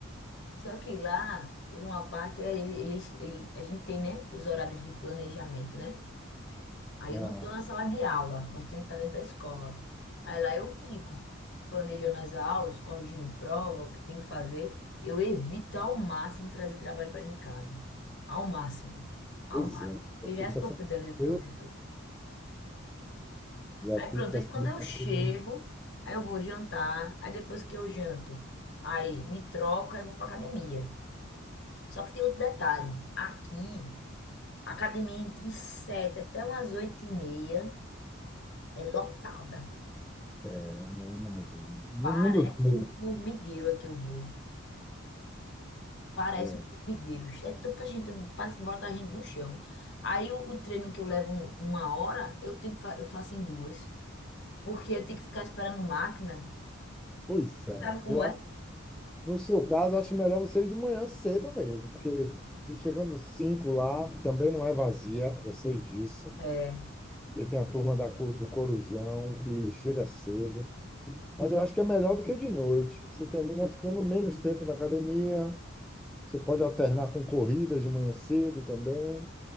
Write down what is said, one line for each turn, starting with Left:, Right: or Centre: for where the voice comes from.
Left: Só que lá, por uma parte, é, ele- eles, ele, a gente tem, né, os horários de planejamento, né? Aí
Centre: ah,
Left: eu não estou na sala de aula, nós temos que estar dentro da escola. Aí lá eu fico planejando as aulas, corrigindo prova, o que tem que fazer. Eu evito ao máximo trazer trabalho para dentro de casa. Ao máximo. Ao
Centre: pois
Left: máximo.
Centre: é,
Left: Porque já
Centre: fica
Left: é sofrido
Centre: essa
Left: da vida do professor.
Centre: outra- já
Left: Aí
Centre: fica
Left: pronto, aí
Centre: assim,
Left: quando eu
Centre: uma
Left: chego,
Centre: coisa,
Left: aí eu vou jantar, aí depois que eu janto, aí me troco, aí eu vou para academia. Só que tem outro detalhe. Aqui, a academia é entre 7 até umas 8 e meia é lotada.
Centre: né? Imagino. No
Left: Parece
Centre: mundo todo.
Left: um formigueiro aqui eu vou. Parece
Centre: é,
Left: um formigueiro. É tanta gente, parece que bota a gente do chão. Aí o, o treino que eu levo um- uma hora, eu tenho que fa- eu faço em duas. Porque eu tenho que ficar esperando máquina.
Centre: Pois é.
Left: Sabe como
Centre: Eu
Left: é?
Centre: No seu caso, acho melhor você ir de manhã cedo mesmo, porque se chegando cinco lá, também não é vazia, eu sei disso,
Left: É,
Centre: porque tem a turma da, co- do Corujão que chega cedo. Mas eu acho que é melhor do que de noite. Você termina ficando menos tempo na academia, você pode alternar com corridas de manhã cedo também.